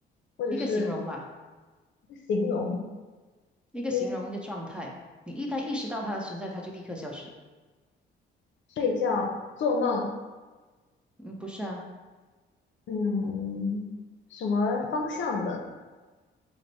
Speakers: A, on the left; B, in the centre.
A: 或者是
B: 一个形容吧，
A: 一个形容，
B: 一个形容一个状态，
A: 一个
B: 你一旦意识到它的存在，它就立刻消失。
A: 睡觉、做梦，
B: 嗯，不是啊，
A: 嗯，什么方向的